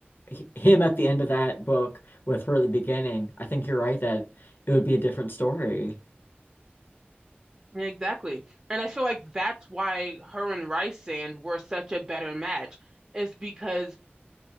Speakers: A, on the left; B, on the right.
A: h- him at the end of that book with her at the beginning, I think you're right that it would be a different story.
B: Yeah, Exactly. And I feel like that's why her and Rice were such a better match, is because